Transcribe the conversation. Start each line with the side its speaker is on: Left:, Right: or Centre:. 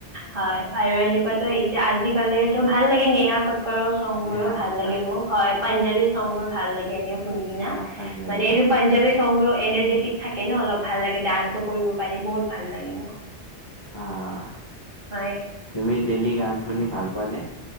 Right: হয় আৰু এনেকুৱা ত' এতিয়া আজিকালিতো ভাল লাগে নেহা কাপ কৰ চংবোৰো
Left: নেহা কক্কৰ
Right: লাগে মোক হয়। পাঞ্জাবী চং বোৰ ভাল লাগে এনেও। শুনি কিনে
Left: অ পাঞ্জাৱী
Right: মানে
Left: অ
Right: পাঞ্জাৱী এনাৰ্জেটিক থাকে ন' অলপ ভাল লাগে ডান্সো কৰিব পাৰি বহুত ভাল লাগে মোক।
Left: অ'
Right: হয়
Left: তুমি? লি গান শুনি ভাল পোৱানে?